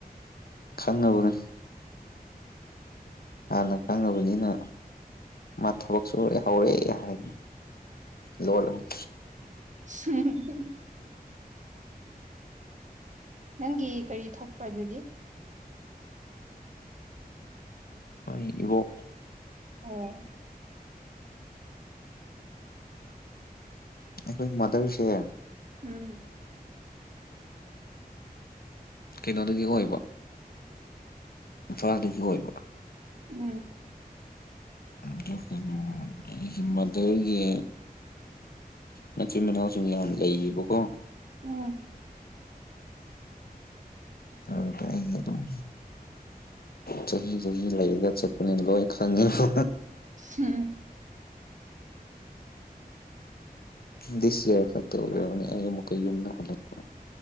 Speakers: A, on the left; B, on the right.
A: ꯈꯪꯉꯕꯅꯦ ꯍꯥꯟꯅ ꯈꯪꯉꯕꯅꯤꯅ ꯃꯥ ꯊꯕꯛ ꯁꯨꯔꯦ ꯍꯧꯔꯦ ꯍꯥꯏꯔꯅꯤ ꯂꯣꯠꯂꯅꯤ
B: <unintelligible> ꯅꯪꯒꯤ ꯀꯔꯤ ꯊꯣꯛꯄ꯭ꯔꯥ ꯗꯨꯗꯤ
A: ꯑꯩ ꯏꯕꯣꯛ
B: ꯑꯣ
A: ꯑꯩꯈꯣꯏ ꯃꯥꯗꯔꯁꯦ
B: ꯎꯝ
A: ꯀꯩꯅꯣꯗꯒꯤ ꯑꯣꯏꯕ ꯏꯝꯐꯥꯜꯗꯒꯤ ꯑꯣꯏꯕ
B: ꯎꯝ
A: ꯑꯗꯨꯒꯅꯦ ꯑꯩꯒꯤ ꯃꯗꯔꯒꯤ ꯃꯆꯤꯟ ꯃꯅꯥꯎꯁꯤꯡ ꯌꯥꯝ ꯂꯩꯌꯦꯕꯀꯣ
B: ꯎꯝ
A: ꯑꯗꯨꯗ ꯑꯩꯒꯤ ꯑꯗꯨꯝ ꯆꯍꯤ ꯆꯍꯤ ꯂꯩꯔꯒ ꯆꯠꯄꯅꯤꯅ ꯂꯣꯏ ꯈꯪꯉꯦꯕ
B: <unintelligible>
A: ꯗꯤꯁ ꯌꯥꯔ ꯈꯛꯇꯥ ꯑꯣꯏꯔꯝꯒꯅꯤ ꯑꯩ ꯑꯃꯨꯛꯀ ꯌꯨꯝꯗ ꯍꯜꯂꯛꯄ